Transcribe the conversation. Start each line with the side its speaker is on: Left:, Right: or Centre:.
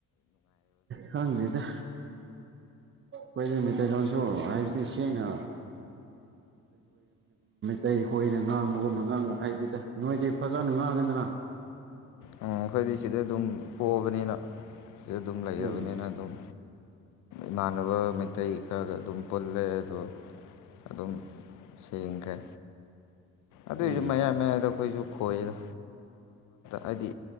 Right: ꯈꯪꯗ‌ꯦꯗꯥ ꯈ‌ꯣꯏꯗꯤ ꯃꯤꯇꯏ ꯂꯥꯎꯁꯨꯣ ꯍꯥꯏꯏꯗꯤ ꯁꯦꯡꯅꯥ ꯃꯩꯈꯣꯏꯅ ꯉꯥꯡꯕꯒꯨꯝꯅ ꯉꯥꯡꯕ ꯃꯈꯩꯗꯤꯗ ꯅꯣꯏꯗꯤ ꯐꯖꯅ ꯉꯥꯡꯉꯦ ꯀꯗꯅ
Left: ꯑꯣ ꯎ ꯑꯩꯈꯣꯏꯗꯤ ꯁꯤꯗ ꯑꯗꯨꯝ ꯄꯣꯛꯑꯕꯅꯤꯅ ꯁꯤꯗ ꯑꯗꯨꯝ ꯂꯩꯔꯕꯅꯤꯅ
Right: ꯎꯝ
Left: ꯑꯗꯨꯝ ꯏꯃꯥꯟꯅꯕ ꯃꯩꯇꯩ ꯈꯔꯒ ꯑꯗꯨꯝ ꯄꯨꯜꯂꯦ ꯑꯗꯣ ꯑꯗꯨꯝ ꯁꯦꯡꯈ꯭ꯔꯦ ꯑꯗꯨꯏꯁꯨ
Right: ꯎꯝ
Left: ꯃꯌꯥꯏ ꯃꯌꯥꯏꯗ ꯑꯩꯈꯣꯏꯁꯨ ꯈꯣꯏꯌꯦꯗ ꯍꯥꯏꯗꯤ